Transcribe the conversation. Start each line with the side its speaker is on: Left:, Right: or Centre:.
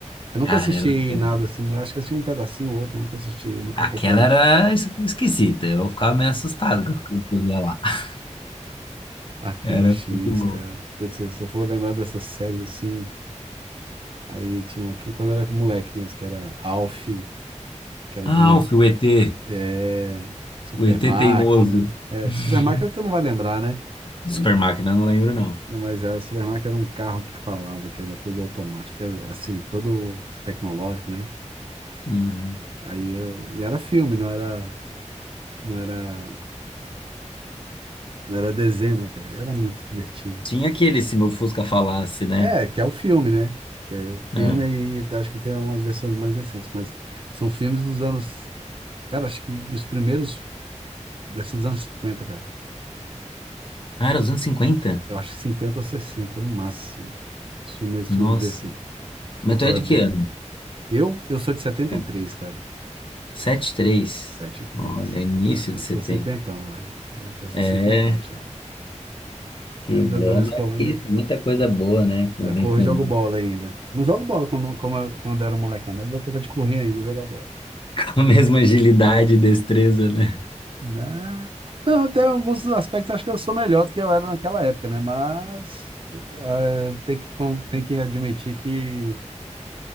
Right: Eu
Left: Cara,
Right: nunca assisti
Left: era... doido.
Right: nada assim, eu acho que assisti um pedacinho ou outro, eu nunca assisti, nunca
Left: aquela
Right: acompanhei.
Left: era es- esquisita. Eu ficava meio assustado com o que eu via lá. <laughs>
Right: Arquivo
Left: Era
Right: X,
Left: muito bom.
Right: cara. Putz, se eu for lembrar dessas séries assim, aí tinha uma aqui quando eu era moleque mesmo, que era Alf, que era de
Left: Alf,
Right: um E-
Left: o ET.
Right: é, Super
Left: O ET
Right: Máquina.
Left: teimoso.
Right: É,
Left: <laughs>
Right: Super Máquina tu não vai lembrar, né?
Left: Super Máquina, eu não lembro, não.
Right: Não, mas a Super Máquina era um carro que falava, que era todo automático, que era assim, todo tecnológico, né?
Left: Uhum.
Right: Aí eu, e era filme, não era, não era, não era desenho, né, cara? Era muito divertido.
Left: Tinha aquele Se Meu Fusca Falasse, né?
Right: É, que é o filme, né? Que é o filme
Left: Ah,
Right: e acho que tem umas versões mais recentes, mas são filmes dos anos, cara, acho que os primeiros desses anos 50, cara.
Left: Ah, era os anos 50.
Right: Eu acho que 50 ou 60 no máximo. Os filmes,
Left: Nossa.
Right: filmes desse,
Left: Mas
Right: o Herbie.
Left: tu é de que ano?
Right: Eu, eu sou de setenta
Left: É,
Right: e três, cara.
Left: Sete três.
Right: 73.
Left: Olha, início
Right: Cara, eu
Left: de
Right: já
Left: 70.
Right: sou cinquentão, né? Sou- Já sou
Left: É.
Right: cinquentão já.
Left: Que
Right: Mas
Left: bom,
Right: da, da minha
Left: mas
Right: escola,
Left: isso, muita coisa boa, né? Com-
Right: da
Left: Vem
Right: cor,
Left: com,
Right: eu jogo
Left: <laughs>
Right: bola ainda. Não jogo bola quando, como, eu- quando era molecão, mas dou conta de correr ainda, e jogar bola.
Left: com a mesma agilidade e destreza, né?
Right: Né? Não, tem alguns aspectos, acho que eu sou melhor do que eu era naquela época, né? Mas eh, tem que, con- tem que admitir que